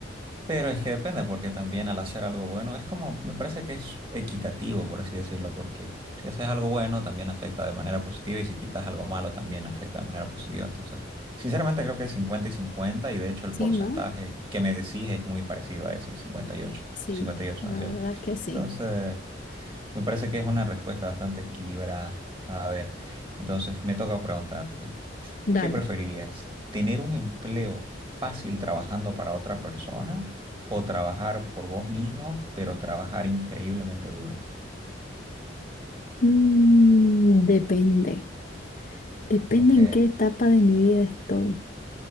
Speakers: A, on the right (about 25°); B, on the left (about 45°).
A: Pero es que depende, porque también al hacer algo bueno es como, me parece que es equitativo, por así decirlo, porque si haces algo bueno también afecta de manera positiva y si quitas algo malo también afecta de manera positiva. Entonces, sinceramente creo que es 50 y 50 y de hecho el
B: Sí,
A: porcentaje
B: ¿no?
A: que me decís es muy parecido a eso, 58,
B: Sí,
A: 58,
B: la
A: ¿no es cierto?
B: verdad que sí.
A: Entonces, me parece que es una respuesta bastante equilibrada. A ver, entonces me toca preguntarte.
B: Dale.
A: ¿Qué preferirías? ¿Tener un empleo fácil trabajando para otra persona o trabajar por vos mismo, pero trabajar increíblemente duro?
B: Mm, depende. Depende
A: Ok,
B: en qué etapa de mi vida estoy.